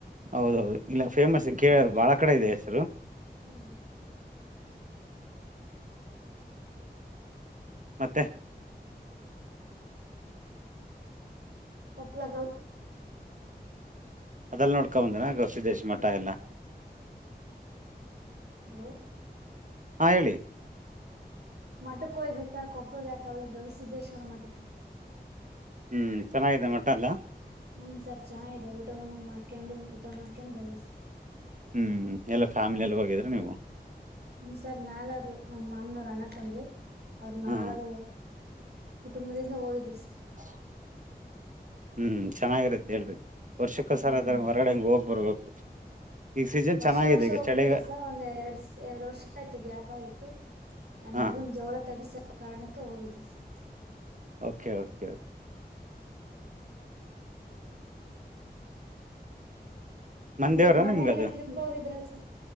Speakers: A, on the right; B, on the right.
A: ಹೌದೌದು ಇಲ್ಲ ಫೇಮಸ್ ಕೇಳ ಬಾಳ ಕಡೆ ಇದೆ ಹೆಸರು.
B: ಹ್ಮ್.
A: ಮತ್ತೆ.
B: ಕೊಪ್ಪಳ ಗವಿ.
A: ಅದೆಲ್ಲ ನೋಡಕೋಬಂದನ ಗವಿಸಿದೇಶ ಮಠ ಎಲ್ಲ.
B: ಹಲೋ.
A: ಆ ಹೇಳಿ.
B: ಮಠಕ್ಕ ಹೋಯ್ದು ಸರ್ ಕೊಪ್ಪಳದಕ ಅವೆ ಗವಿಸಿದ್ದೇಶ್ವರ ಮಟ್ಟಕ್ಕ.
A: ಹ್ಮ್ ಚೆನ್ನಾಗಿದೆ ಮಠ ಎಲ್ಲ.
B: ಹುಞ ಸರ್ ಚೆನ್ನ ಇದ ಊಟವನ್ನು ಮಾಡ್ಕೊಂಡು ಊಟ ಮಾಡ್ಕೊಂಡು ಬಂದಿ.
A: ಹ್ಮ್ ಎಲ್ಲಾ ಫ್ಯಾಮಿಲಿ ಎಲ್ಲಿ ಹೋಗಿದ್ರೆ ನೀವು.
B: ಹ್ಮ್ ಸರ್ ನಾಲರುು ನಮ್ಮ್ ಮಾಮನೂರು ಅಣ ತಂಬಳು ಅವರು ನಾಲರು.
A: ಹಾಂ
B: ಕುಟುಂಬದಿಂದ ಹೋಗಿದೀವಿ.
A: ಹ. ಹ್ಮ್ ಚೆನ್ನಾಗಿರತ್ತ ಹೇಳ್ರಿ ವರ್ಷಕ್ಕೋಸರ
B: ಹ್ಮ್
A: ಆದದ್ರ ಹೊರ್ಗಡೆ ಹಂಗಗೆ ಹೋಗ್ ಬರ್ಬೇಕು. ಈಗ ಸೀಸನ್
B: ವರ್ಷ
A: ಚೆನ್ನಾಗಿದೆ
B: ವರ್ಷ
A: ಈಗ
B: ಹೋಗ್ತಿದ್ರು
A: ಚಳಿಗ
B: ಸರ್ ಒಂದ್ ಎರಡ್ ಎರಡ್ ವರ್ಷ ಆಯ್ತು ಗ್ಯಾಪ್ ಆಗಿತು ನನ್
A: ಹಾಂ
B: ಮಗನ್ ಜವಳ ತಗಸೋ ಕಾರಣಕ್ಕೆ ಹೋಗಿದ್ವಿ ಸರ್
A: ಓಕೆ ಓಕೆ ಕೆ ಮನ್ದೇವ್ರಾ
B: ನೀವ್ ಮನೇಲ್ಲೇ
A: ನಿಮ್ಗ ಅದು
B: ಟ್ರಿಪ್ಗೆ ಹೋಗಿದ್ರ ಸರ್